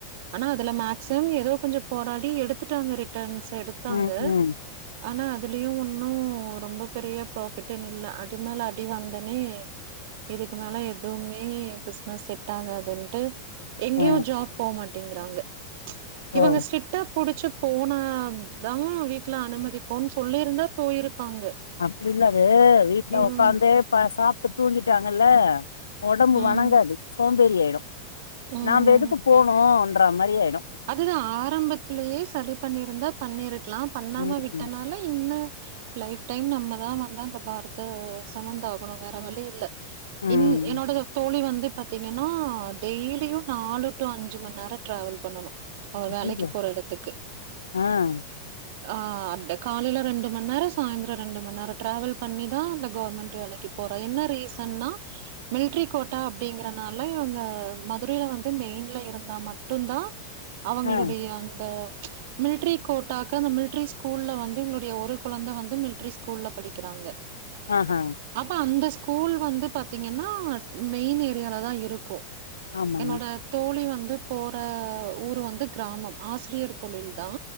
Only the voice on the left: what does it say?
ம் ம்
ஆ
ஓ
அப்படில்ல அது வீட்டுல உக்காந்தே
ப சாப்புட்டு தூங்கிட்டாங்கல்ல உடம்பு
வணங்காது சோம்பேறி ஆயிடு
நாம எதுக்கு போன்னும்ன்ற மாதிரி ஆயிடு
ம்
ம்
அய்யய்யோ
ஆ
ஆ
ஆ ஹ
ஆமா